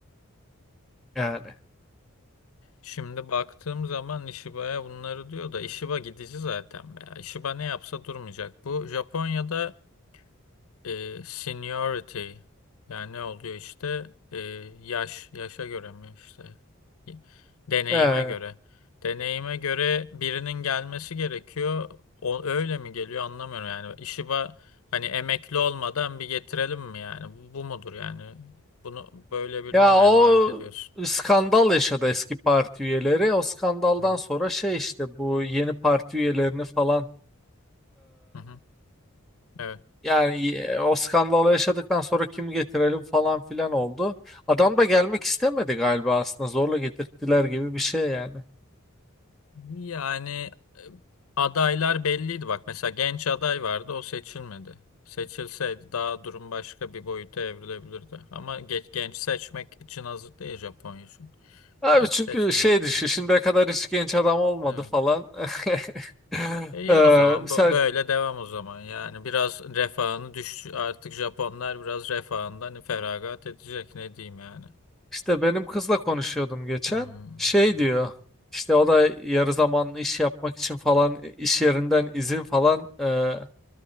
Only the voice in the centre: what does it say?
yani.
Ee,
ya
o
skandal yaşadı eski parti üyeleri o skandaldan
sonra şey işte bu yeni parti üyelerini falan
Yani e, o skandalı yaşadıktan sonra kim getirelim falan filan oldu. Adam da gelmek istemedi galiba aslında zorla getirttiler gibi bir şey yani.
Abi
çünkü
şey
düşün şimdiye
kadar hiç genç adam olmadı
falan. <laughs>
Ee,
misal
işte benim kızla konuşuyordum geçen.
Şey
diyor işte o da yarı zamanlı iş yapmak için falan e, iş yerinden izin falan e,